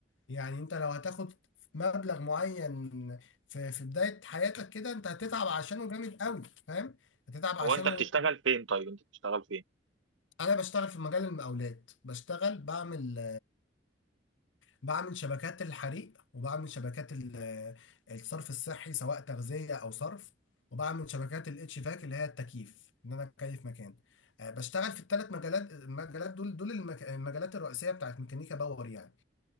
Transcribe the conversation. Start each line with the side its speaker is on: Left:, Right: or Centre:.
Left: يعني أنت لو هتاخد مبلغ معين في في بداية حياتك كده أنت هتتعب عشانه جامد قوي فاهم؟ هتتعب عشانه
Right: هو انت بتشتغل فين طيب انت بتشتغل فين
Left: أنا بشتغل في مجال المقاولات بشتغل بعمل بعمل شبكات الحريق وبعمل شبكات ال- آه، الصرف الصحي سواء تغذية أو صرف وبعمل شبكات الاتش فاك اللي هي التكييف إن أنا أكيف مكان آه، بشتغل في الثلاث مجالات المجالات دول دول المك- المجالات الرئيسية بتاعت ميكانيكا باور يعني